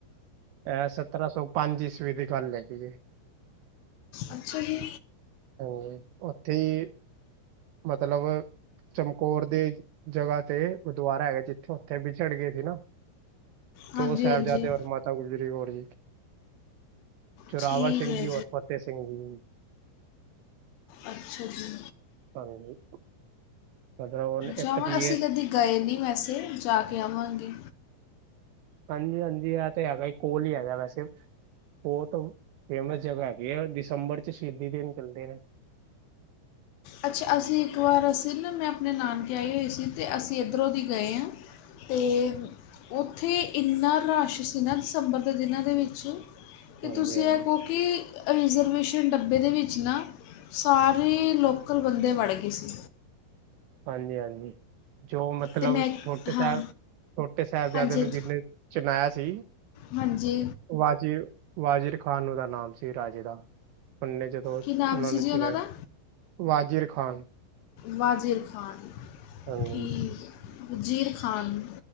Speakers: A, on the right; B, on the left.
A: ਏਅ ਸਤਰਾਂ ਸੌ ਪੰਜ ਈਸਵੀ ਦੀ ਗੱਲ ਹੈਗੀ ਐ।
B: ਅੱਛਾ ਜੀ।
A: ਹਮ। ਉੱਥੇ ਈ ਮਤਲਬ ਚਮਕੌਰ ਦੀ ਜਗ੍ਹਾ ਤੇ ਗੁਰਦੁਆਰਾ ਹੈਗਾ ਜਿੱਥੇ-ਉੱਥੇ ਵਿਛੜ ਗਏ ਸੀ ਨਾ।
B: ਹਾਂਜੀ
A: ਦੋ ਸਾਹਿਬਜਾਦੇ
B: ਹਾਂਜੀ
A: ਔਰ ਮਾਤਾ ਗੁਜਰੀ ਕੋਰ ਜੀ। ਜੋੋਰਾਵਰ
B: ਠੀਕ
A: ਸਿੰਘ
B: ਹੈ
A: ਜੀ ਔਰ ਫਤਤੇਹ ਸਿ <unintelligible>
B: ਅੱਛਾ ਜੀ।
A: ਹਾਂਜੀ। ਮਤਲਬ ਹੁਣ ਇੱਕ
B: ਜਾਵਾਂ,
A: ਦੀ
B: ਅਸੀਂ
A: ਇਹ
B: ਕਦੇ ਗਏ ਨੀ ਵੈਸੇ ਜਾ ਕੇ ਆਵਾਂਗੇ।
A: ਹਾਂਜੀ-ਹਾਂਜੀ, ਇਹ ਤਾ ਹੈਗਾ ਹੀ ਕੋਲ ਹੀ ਹੈਗਾ ਵੈਸੇ। ਉਹ ਤੇ ਫੇਮਸ ਜਗ੍ਹਾ ਹੈਗੀ ਹੈ ਦਸੰਬਰ ਚ ਸ਼ਹੀਦੀ ਦਿਨ ਚੱਲਦੇ ਨੇ।
B: ਅੱਛਾ, ਅਸੀਂ ਇੱਕ ਵਾਰ ਅਸੀਂ ਨਾ ਮੈਂ ਆਪਣੇ ਨਾਨਕੇ ਆਈ ਹੋਈ ਸੀ, ਤੇ ਅਸੀਂ ਇੱਧਰੋਂ ਦੀ ਗਏ ਹਾਂ। ਤੇ ਉੱਥੇ ਇੰਨਾ ਰਸ਼ ਸੀ ਨਾ ਦਸੰਬਰ ਦੇ ਦਿਨਾਂ ਦੇ ਵਿੱਚ। ਕਿ
A: ਹਾਂਜੀ
B: ਤੁਸੀਂ
A: ਹਾਂਜੀ
B: ਇਹ ਕਹੋ ਕਿ ਰਿਜ਼ਰਵੇਸ਼ਨ ਡੱਬੇ ਦੇ ਵਿੱਚ ਨਾ ਸਾਰੇ ਲੋਕ ਬੰਦੇ ਵੜ ਗਏ ਸੀ।
A: ਹਾਂਜੀ-ਹਾਂਜੀ ਜੋ ਮਤਲਬ
B: ਤੇ ਮੈਂ
A: ਛੋਟੇ ਸਾਹਿਬ
B: ਹਾਂ
A: ਛੋਟੇ ਸਾਹਿਬਜ਼ਾਦੇ
B: ਹਾਂਜੀ
A: ਨੂੰ
B: ਹਾਂਜੀ
A: ਜਿੰਨੇ ਚਿਨਾਇਆ ਸੀ।
B: ਹਾਂਜੀ।
A: ਵਾਜਿ ਵਾਜਿਰ ਖਾਨ ਉਹਦਾ ਨਾਮ ਸੀ ਰਾਜੇ ਦਾ ਉਨੇ ਜਦ ਸ
B: ਕੀ ਨਾਮ
A: ਉਹਨਾਂ
B: ਸੀ
A: ਨੇ
B: ਜੀ
A: ਚਲਾਇਆ,
B: ਦਾ
A: ਵਾਜਿਰ ਖਾਨ
B: ਵਾਜ਼ਿਰ ਖਾਨ
A: ਹਾਂਜੀ
B: ਠੀਕ, ਵਜ਼ੀਰ ਖਾਨ